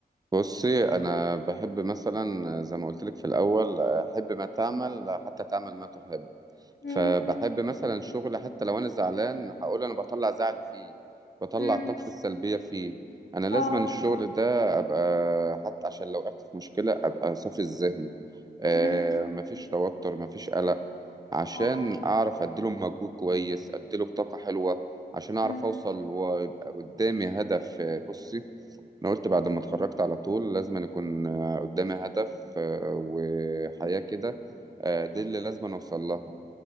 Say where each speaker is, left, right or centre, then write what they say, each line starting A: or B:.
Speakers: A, on the right (about 25°); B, on the left (about 80°).
A: بصي انا بحب مثلا زي ما قلت لك في الاول آه، حب ما تعمل حتى تعمل ما تحب
B: مم.
A: فبحب مثلا شغل حتى لو انا زعلان هقول انا بطلع زعلي فيه بطلع
B: مم.
A: طاقتي السلبيه فيه انا لازم
B: اه
A: الشغل ده ابقى حتى عشان لو وقعت في مشكله ابقى صافي الذهن آه
B: مم.
A: مفيش توتر مفيش قلق عشان
B: اه
A: اعرف اديله مجهود كويس اديله طاقه حلوه عشان اعرف
B: مم.
A: اوصل ويبقى قدامي هدف آه، بصي انا قلت بعد ما اتخرجت على طول لازم أن يكون آه، قدامي هدف آه، وحياه كده آه، دي اللي لازم أن اوصل لها